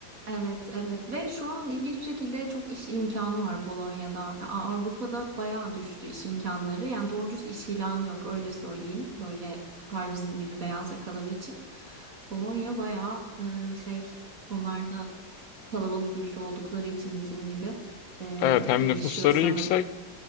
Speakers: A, on the right; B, on the left.
A: Evet, evet ve şu an ilginç bir şekilde çok iş imkanı var Polonya'da. A- Avrupa'da bayağı düştü iş imkanları. Yani doğru dürüst iş ilanı yok öyle söyleyeyim. Böyle tukar bizim gibi beyaz yakalar için. Polonya bayağı e, şey onlar da kalabalık bir ülke oldukları için bizim gibi e,
B: Evet, hem
A: gelişiyor
B: nüfusları
A: sanırım.
B: yüksek,